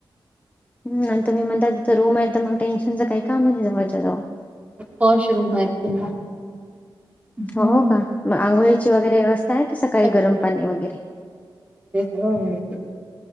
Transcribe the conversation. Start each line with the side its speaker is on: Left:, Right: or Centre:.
Left: हम आणि तुम्ही म्हणता तिथ रूम आहे तर मग टेन्शनच काही काम नाही जवळच्या जवळ.
Right: पॉश रूम आहेत पुन्हा
Left: हो
Right: हम्म.
Left: का मग आंघोळीची वगैरे व्यवस्था आहे कि सकाळी
Right: सगळंच
Left: गरम पाणी वगैरे
Right: हो, हो.